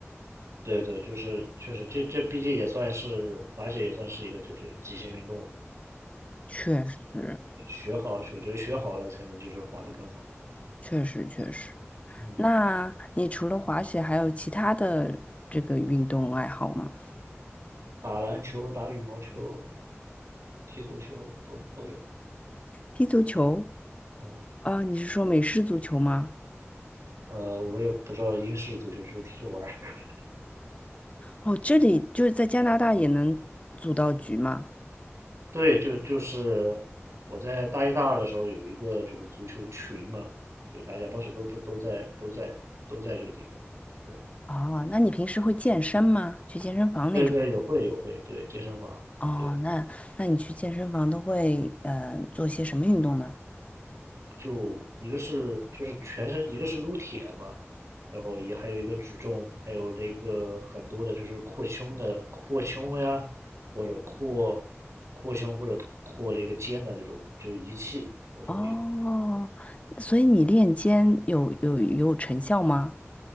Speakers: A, on the right (about 85°); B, on the left (about 30°).
A: 对对，就是确实，这这毕竟也算是滑雪，也算是一个就是极限运动，
B: 确实，
A: 学好，我觉得学好了才能就是滑得更好。
B: 确实，确实。
A: 嗯。
B: 那你除了滑雪，还有其他的这个运动爱好吗？
A: 打篮球、打羽毛球、踢足球都都有。
B: 踢足球？
A: 嗯，
B: 啊，你是说美式足球吗？
A: 呃，我也不知道英式足球就是踢着玩儿。<laughs>
B: 哦，这里就是在加拿大也能组到局吗？
A: 对，就就是我在大一大二的时候有一个就是足球群嘛，就大家当时都都都在都在都在这个地方。对
B: 哦，那你平时会健身吗？去健身房那种？
A: 对对，有会有会，对健身房，
B: 哦，
A: 对。
B: 那那你去健身房都会呃做些什么运动呢？
A: 就一个是就是全身，一个是撸铁嘛，然后也还有一个举重，还有那个很多的就是扩胸的扩胸呀，或者扩扩胸或者扩那个肩的这种就仪器我都会用。
B: 哦，所以你练肩有有有成效吗？